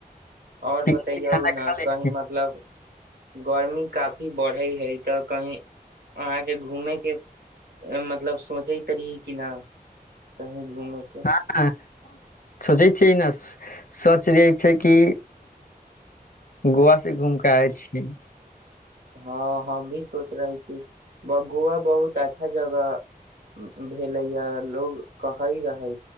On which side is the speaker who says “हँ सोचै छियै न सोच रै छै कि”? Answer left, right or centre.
Left